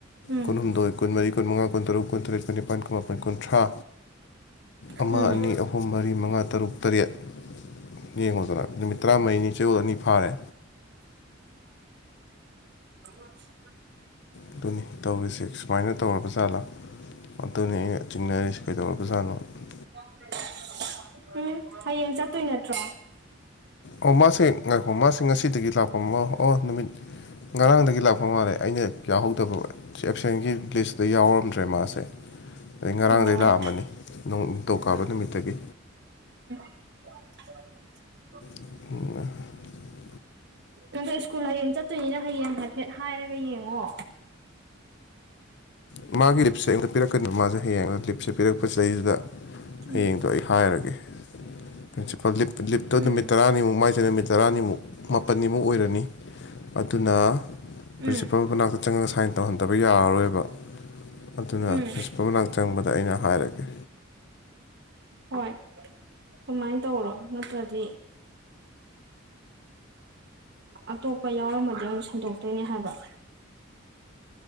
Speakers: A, on the right; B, on the left.
A: ꯎꯝ
B: ꯀꯨꯟꯍꯨꯝꯗꯣꯏ ꯀꯨꯟ ꯃꯔꯤ ꯀꯨꯟꯃꯉꯥ ꯀꯨꯟ ꯇꯔꯨꯛ ꯀꯨꯟ ꯇꯔꯨꯠ ꯀꯨꯟꯅꯤꯄꯥꯟ ꯀꯨꯟ ꯃꯥꯄꯟ ꯀꯨꯊ꯭ꯔꯥ ꯑꯃ
A: ꯎꯝ
B: ꯑꯅꯤ ꯑꯍꯨꯝ ꯃꯔꯤ ꯃꯉꯥ ꯇꯔꯨꯛ ꯇꯔꯦꯠ ꯌꯦꯡꯉꯨꯗꯅ ꯅꯨꯃꯤꯠ ꯇꯔꯥꯃꯔꯤꯅꯤ ꯆꯌꯣꯜ ꯑꯅꯤ ꯐꯥꯔꯦ
A: ꯑꯉꯥꯡ ꯁꯦ
B: ꯑꯗꯨꯅꯤ ꯇꯧꯔꯤꯁꯦ ꯁꯨꯃꯥꯏꯅ ꯇꯧꯔꯕ ꯖꯥꯠꯂꯥ ꯑꯗꯨꯅꯤ ꯑꯩꯅ ꯆꯤꯡꯅꯔꯤꯁꯤ ꯀꯩꯗꯧꯔꯕ ꯖꯥꯠꯅꯣꯅ
A: <inaudible> ꯎꯝ ꯍꯌꯦꯡ ꯆꯠꯇꯣꯏ ꯅꯠꯇ꯭ꯔꯣ
B: ꯑꯣ ꯃꯥꯁꯦ ꯉꯥꯏꯈꯣ ꯃꯥꯁꯦ ꯉꯁꯤꯗꯒꯤ ꯂꯥꯛꯄ ꯃꯥ ꯑꯣ ꯅꯨꯃꯤꯠ ꯉꯔꯥꯡꯗꯒꯤ ꯂꯥꯛꯄ ꯃꯥꯜꯂꯦ ꯑꯩꯅ ꯌꯥꯎꯍꯧꯗꯕ ꯑꯦꯞꯁꯦꯟꯒꯤ ꯂꯤꯁꯇ ꯌꯥꯎꯔꯝꯗ꯭ꯔꯦ ꯃꯥꯁꯦ ꯑꯩ ꯉꯔꯥꯡꯗꯒꯩ
A: ꯑꯣ
B: ꯂꯥꯛꯑꯝꯃꯅꯤ ꯅꯣꯡ ꯅꯤꯡꯊꯧꯀꯥꯕ ꯅꯨꯃꯤꯠꯇꯒꯤ
A: <inaudible>
B: <unintelligible>
A: ꯅꯪꯗꯣ ꯁ꯭ꯀꯨꯜ ꯍꯌꯦꯡ ꯆꯠꯇꯣꯏꯅꯤꯅ ꯍꯌꯦꯡ ꯍꯥꯏꯐꯦꯠ ꯍꯥꯏꯔꯒ ꯌꯦꯡꯉꯣ
B: ꯃꯥꯒꯤ ꯂꯤꯞꯁꯦ ꯑꯩꯉꯣꯟꯗ ꯄꯤꯔꯛꯀꯅꯤꯕ ꯃꯥꯁꯦ ꯍꯌꯦꯡ ꯂꯤꯞꯁꯦ ꯄꯤꯔꯛꯄꯁꯤꯗꯩꯁꯤꯗ
A: ꯎꯝ
B: ꯍꯌꯦꯡꯗꯣ ꯑꯩ ꯍꯥꯏꯔꯒꯦ ꯄ꯭ꯔꯤꯟꯁꯤꯄꯥꯜ ꯂꯤꯞ ꯂꯤꯞꯇ
A: ꯎꯝ
B: ꯅꯨꯃꯤꯠ ꯇꯔꯥꯅꯤꯃꯨꯛ ꯃꯥꯏꯁꯦ ꯅꯨꯃꯤꯠ ꯇꯔꯥꯅꯤꯃꯨꯛ ꯃꯥ ꯄꯟꯅꯤꯃꯨꯛ ꯑꯣꯏꯔꯅꯤ ꯑꯗꯨꯅ
A: ꯎꯝ
B: ꯄ꯭ꯔꯤꯟꯁꯤꯄꯥꯜ ꯃꯅꯥꯛꯇ ꯆꯪꯉꯒ ꯁꯥꯏꯟ ꯇꯧꯍꯟꯗꯕ ꯌꯥꯔꯔꯣꯏꯕ ꯑꯗꯨꯅ
A: ꯎꯝ
B: ꯄ꯭ꯔꯤꯟꯁꯤꯄꯥꯜ ꯃꯅꯥꯛ ꯆꯪꯕꯗ ꯑꯩꯅ ꯍꯥꯏꯔꯒꯦ
A: ꯍꯣꯏ ꯑꯗꯨꯃꯥꯏꯅ ꯇꯧꯔꯣ ꯅꯠꯇ꯭ꯔꯗꯤ ꯑꯇꯣꯞꯄ ꯌꯥꯎꯔꯝꯃꯗꯤ ꯑꯃꯨꯛ ꯁꯤꯟꯗꯣꯛꯇꯣꯏꯅꯦ ꯍꯥꯏꯕ <inaudible>